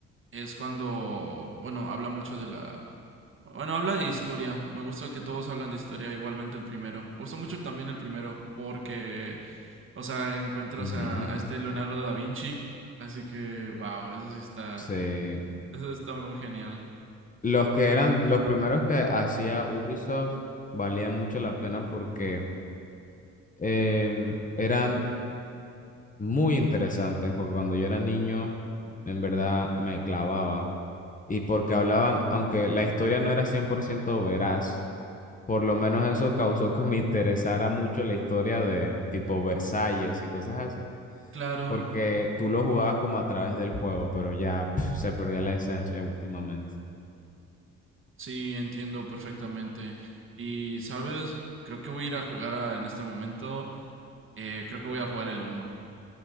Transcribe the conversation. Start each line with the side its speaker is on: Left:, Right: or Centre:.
Right: es cuando, bueno, habla mucho de la Bueno, habla de historia. Me gusta que todos hablan de historia, igualmente el primero. Me gustó mucho también el primero, porque, o sea, encuentras
Left: <laughs> Ujú,
Right: a, a este Leonardo da Vinci. Así que, wow, eso sí está,
Left: Sí.
Right: eso está muy genial.
Left: Los que eran los primeros que hacía Ubisoft valían mucho la pena porque em, eran muy interesantes, porque cuando yo era niño, en verdad me clavaba. Y porque hablaban, aunque la historia no era 100% veraz, por lo menos eso causó que me <laughs> interesara mucho la historia de tipo Versalles y cosas así.
Right: Claro,
Left: porque tú lo jugabas como a través del juego, pero ya pf, se perdió la esencia últimamente.
Right: sí, entiendo perfectamente. Y, ¿sabes? Creo que voy a ir a jugar a- en este momento. eh, creo que voy a jugar el uno.